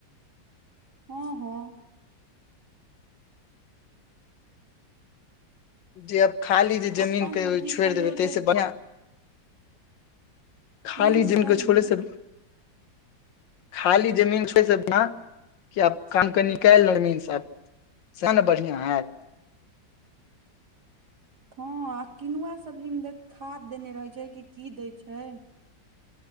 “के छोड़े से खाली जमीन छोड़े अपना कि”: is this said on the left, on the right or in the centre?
Left